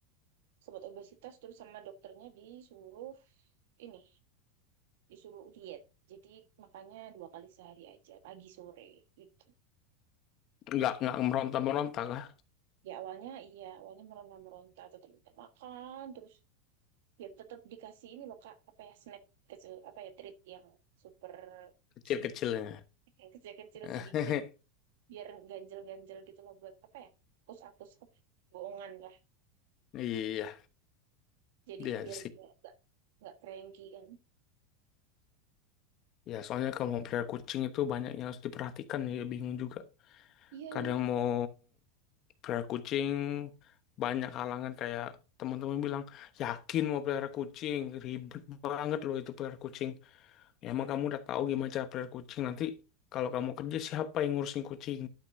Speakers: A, on the right; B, on the left.
A: sobat obesitas terus sama dokternya disuruh ini disuruh diet jadi makanya dua kali sehari aja pagi sore gitu
B: nggak nggak meronta meronta kah
A: ya awalnya iya awalnya meronta-meronta tetap minta makan terus ya tetap dikasih ini loh kak apa ya snack kecil apa ya treat yang super
B: kecil
A: sedikit
B: kecilnya
A: yang kecil-kecil
B: <laughs>
A: sedikit biar ganjel-ganjel gitu loh buat apa ya hapus-hapus bohongan lah
B: iya
A: jadi
B: iya
A: biar
B: sih
A: dia nggak nggak cranky kan
B: ya soalnya kalau mau pelihara kucing itu banyak yang harus diperhatikan ya bingung juga
A: iya
B: kadang mau pelihara kucing banyak halangan kayak teman-teman bilang yakin mau pelihara kucing ribet banget loh itu pelihara kucing Ya, emang
A: Mm-mm.
B: kamu udah tahu gimana cara pelihara kucing nanti kalau kamu kerja siapa yang ngurusin kucing